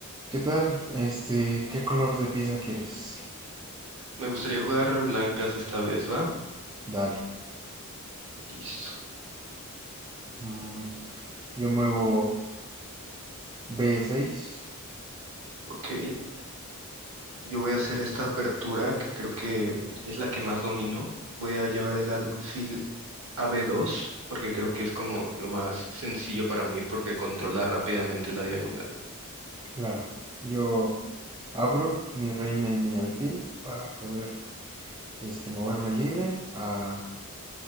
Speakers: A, on the right; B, on the right.
A: ¿Qué tal? Este, ¿qué color de pieza quieres?
B: Me gustaría jugar blancas esta vez, ¿va?
A: Dale.
B: Listo.
A: Mm, yo muevo B6,
B: Ok. Yo voy a hacer esta apertura que creo que es la que más domino. Voy a llevar el alfil a b dos, porque creo que es como lo más sencillo para mí porque controla rápidamente la diagonal.
A: claro. Yo abro mi reina y mi alfil para poder este, moverme libre a